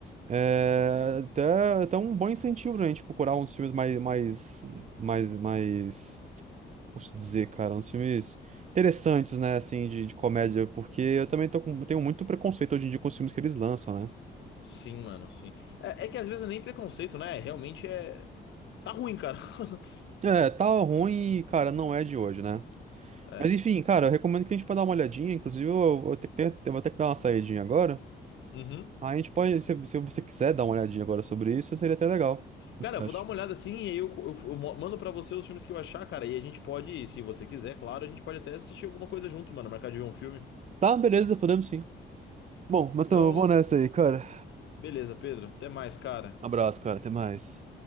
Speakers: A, on the right (about 40°); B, on the left (about 85°).
A: é até, até um bom incentivo pra gente procurar uns filmes mais, mais, mais, mais, como posso dizer, cara, uns filmes interessantes, né, assim, de, de comédia, porque eu também tô com- tenho muito preconceito hoje em dia com os filmes que eles lançam, né?
B: Sim, mano, sim. É, é que às vezes é nem preconceito, né? Realmente é. Tá ruim, cara. <laughs>
A: É, tá ruim, cara, não é de hoje, né?
B: É.
A: Mas enfim, cara, eu recomendo que a gente pode dar uma olhadinha. Inclusive, eu eu vou ter que, ter- eu vou ter que dar uma saidinha agora.
B: Uhum.
A: Aí a gente pode, se, se você quiser dar uma olhadinha agora sobre isso, seria até legal. O
B: Cara,
A: que você
B: eu
A: acha?
B: vou dar uma olhada assim e aí eu, eu, eu mo- mando pra você os filmes que eu achar, cara. E a gente pode, se você quiser, claro, a gente pode até assistir alguma coisa junto, mano. Marcar de ver um filme.
A: Tá, beleza, podemos sim. Bom, mas
B: Então,
A: então eu vou nessa aí, cara.
B: beleza, Pedro. Até mais, cara.
A: Abraço, cara, até mais.